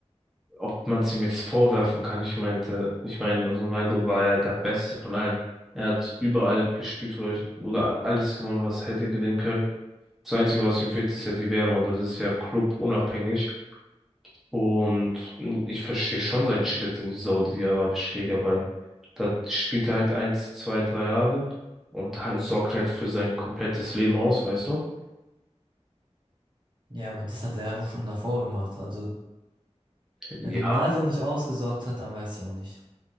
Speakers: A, in the centre; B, on the right.
A: ob man es ihm jetzt vorwerfen kann. Ich meinte, ich meine, Ronaldo war ja der Beste von allen. Er hat überall gespielt, wo er, oder alles gewonnen, was er hätte gewinnen können. Das Einzige, was ihm fehlt, ist ja die WM, aber das ist ja clubunabhängig. Und ich verstehe schon seinen Schritt in die Saudi-Arabische Liga, weil da spielt er halt eins, zwei, drei Jahre und halt, sorgt halt für sein komplettes Leben aus, weißt du?
B: Ja, aber das hat er ja schon davor gemacht. Also,
A: Ja,
B: wenn Ronaldo nicht ausgesorgt hat, dann weiß ich auch nicht.